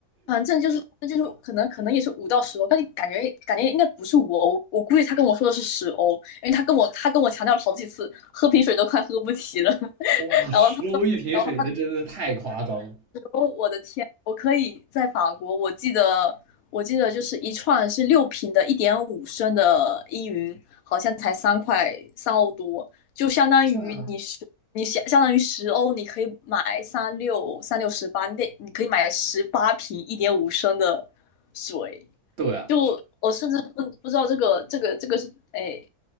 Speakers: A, on the left (about 70°); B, on the right (about 50°).
A: 反正就是那就是可能可能也是五到十欧，但是感觉感觉应该不是五欧，我估计他跟我说的是十欧，因为他跟我他跟我强调了好几次，喝瓶水都快喝不起了。<laughs>
B: <laughs>
A: 然后他然后
B: 十欧一瓶水，那真的太夸张了。
A: 说我的天，我可以在法国，我记得我记得就是一串是六瓶的一点五升的依云，好像才三块三欧多，就相当于你十你相相当于十欧，
B: 是啊，
A: 你可以买三六三六十八，你得你可以买十八瓶一点五升的水。
B: 对啊，
A: 就我甚至不不知道这个这个这个是哎，